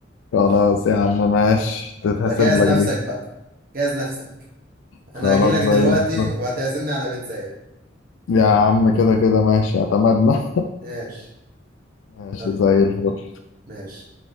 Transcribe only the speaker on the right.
يلا جهز
نفسك
بقى جهز نفسك
انا هجي لك دلوقتي
وهتعزمني على بيتزاية
ماشي
يلا
ماشي